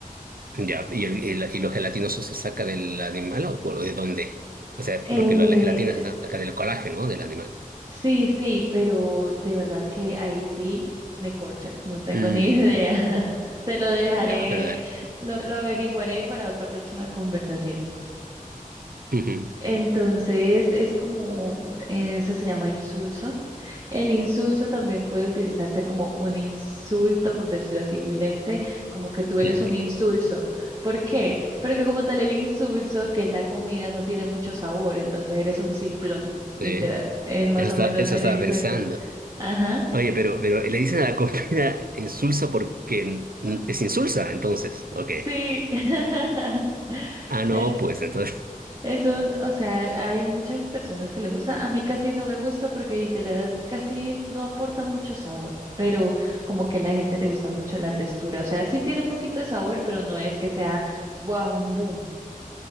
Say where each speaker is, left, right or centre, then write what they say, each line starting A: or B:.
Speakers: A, on the right; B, on the right.
A: ya. ¿Y, el, y, la- y lo gelatinoso se saca del animal o, o de dónde? O sea,
B: Eh,
A: porque lo- la gelatina se saca del colágeno, ¿no? Del animal.
B: sí, sí, pero de verdad que ahí sí me corchas, no tengo
A: Mm,
B: ni idea. <laughs> Te lo dejaré,
A: Ya, pero dale.
B: lo, lo averiguaré para otra próxima conversación.
A: Ujú,
B: Entonces es como, eso se llama insulso. El insulso también puede utilizarse como un insulto, por decirlo así, huilense, como que tú eres
A: Claro.
B: un insulso. ¿Por qué? Porque como tal el insulso, que es la comida, no tiene mucho sabor, entonces eres un simplón, literal.
A: Sí.
B: Es más
A: Eso, está-
B: o menos
A: eso
B: el
A: estaba
B: insulto.
A: pensando.
B: Ajá,
A: Oye, pero, pero le dicen a la comida <laughs> insulsa porque n- es insulsa, entonces. Ok.
B: sí. <laughs>
A: Ah, no,
B: Es,
A: pues entonces. <laughs>
B: Es un, o sea, hay muchas personas que le gusta. A mí casi no me gusta porque literal casi no aporta mucho sabor, pero como que a la gente le gusta mucho la textura. O sea, sí tiene un poquito de sabor, pero no es que sea wow, un boom.